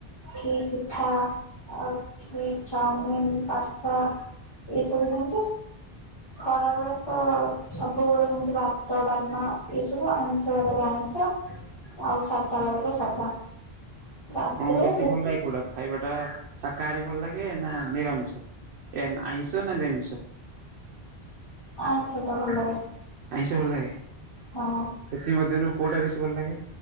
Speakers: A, on the left; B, on the right.
A: କି ପିଠା ଆଉ ଇଡିଲି ଚାଉମିିନ ପାସ୍ତା ସବୁ ଦିଅନ୍ତି ଖରା ବେଳେ ତ ସବୁବେଳେ ଯେମିତି ଭାତ ଡାଲମା ଏହି ସବୁ ଆଇଁଷ ବାରରେ ଆଇଁଷ ଆଉ ସାଧା ବାରରେ ସାଧା ରାତିରେ
B: ଆପଣଙ୍କୁ ବେଶୀ
A: ରୁ
B: ଭଲ ଲାଗେ କଉଟା? ଖାଇବାଟା ଶାକାହାରୀ ଭଲ ଲାଗେ ନା ନିରାମିଷ ଏ ଆଇଁଷ ନା ନିରାମିଷ
A: ଆଇଁଷ ଟା ଭଲ ଲାଗେ
B: ଆଇଁଷ ଭଲ ଲାଗେ
A: ହଁ।
B: ସେଥିମଧ୍ୟରୁ କୋଉଟା ବେଶୀ ଭଲ ଲାଗେ